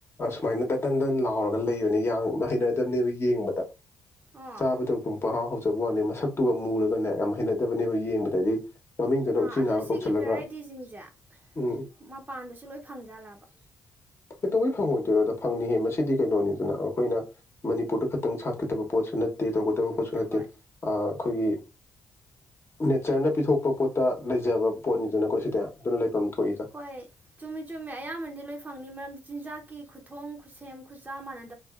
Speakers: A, on the left (about 30°); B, on the right (about 20°).
A: ꯑꯁꯨꯃꯥꯏꯅ ꯇꯟꯇꯟ ꯂꯥꯎꯔꯒ ꯂꯩꯕꯅꯦ ꯍꯩꯅ ꯗꯕꯥꯅꯦꯕ ꯌꯦꯡꯕꯗ <unintelligible>
B: ꯑꯥ
A: ꯆꯠꯄ ꯋꯥꯅꯤ ꯃꯁꯛꯇꯨꯒ ꯃꯨꯔꯒꯅꯦ ꯌꯥꯝ ꯍꯩꯅꯗꯕꯅꯦꯕ ꯌꯦꯡꯕꯗꯗꯤ ꯃꯃꯤꯡꯗꯨꯅ
B: ꯑꯥ
A: ꯎꯆꯤꯅꯥꯒ
B: ꯑꯗꯣ ꯁꯤꯒꯤ
A: ꯀꯧꯁꯜꯂꯒ
B: ꯚꯦꯔꯥꯏꯇꯤꯁꯤꯡꯁꯦ
A: ꯎꯝ
B: ꯃꯄꯥꯟꯗꯁꯨ ꯂꯣꯏ ꯐꯪꯖꯜꯂꯕ
A: ꯀꯩꯇꯧꯕꯩ ꯐꯪꯉꯣꯏꯗꯣꯏꯅꯣꯗ ꯐꯪꯅꯤꯍꯦ ꯃꯁꯤꯗꯤ ꯀꯩꯅꯣꯅꯤꯗꯅ ꯑꯩꯈꯣꯏꯅ ꯃꯅꯤꯄꯨꯔꯗ ꯈꯛꯇꯪ ꯁꯥꯠꯀꯗꯕ ꯄꯣꯠꯁꯨ ꯅꯠꯇꯦ ꯇꯧꯕ ꯀꯗꯕꯥ ꯄꯣꯠꯁꯨ ꯑꯩꯈꯣꯏꯒꯤ
B: ꯍꯣꯏ
A: ꯅꯦꯆꯔꯅ ꯄꯤꯊꯣꯛꯄ ꯄꯣꯠꯇ ꯂꯩꯖꯕ ꯄꯣꯠꯅꯤꯗꯨꯅꯀꯣ ꯁꯤꯗ ꯑꯗꯨꯅ ꯂꯩꯐꯝ ꯊꯣꯛꯏꯗ
B: ꯍꯣꯏ ꯆꯨꯝꯃꯦ ꯆꯨꯝꯃꯦ ꯑꯌꯥꯝꯕꯅꯗꯤ ꯂꯣꯏ ꯐꯪꯅꯤ ꯃꯔꯝꯗꯤ ꯆꯤꯟꯖꯥꯛꯀꯤ ꯈꯨꯊꯣꯡ ꯈꯨꯠꯁꯦꯝ ꯈꯨꯆꯥꯥ ꯃꯥꯟꯅꯅ